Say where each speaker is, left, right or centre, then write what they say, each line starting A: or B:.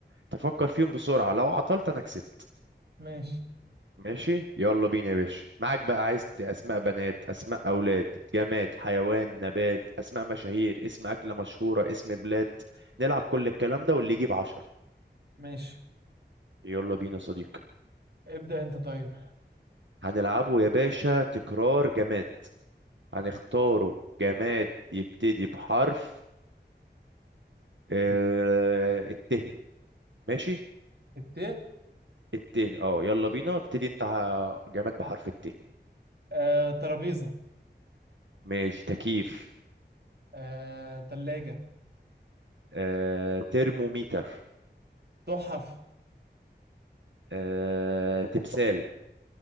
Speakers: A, on the right (about 85°); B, on the right (about 60°).
A: تفكر فيهم بسرعة لو عطلت أنا كسبت
B: ماشي
A: ماشي يلا بينا يا باشا معاك بقى عايز ت- أسماء بنات أسماء أولاد جماد حيوان نبات أسماء مشاهير اسم أكلة مشهورة اسم بلاد نلعب كل الكلام ده واللي يجيب عشرة
B: ماشي
A: يلا بينا يا صديقي
B: ابدأ انت طيب
A: هنلعبه يا باشا تكرار جماد هنختاره جماد يبتدي بحرف آه، الت ماشي
B: الت
A: الت اه يلا بينا ابتدي انت ع- جماد بحرف الت
B: آه، ترابيزه
A: ماشي تكييف
B: آه، تلاجة
A: آه، ترموميتر
B: تحف
A: آه... تمثال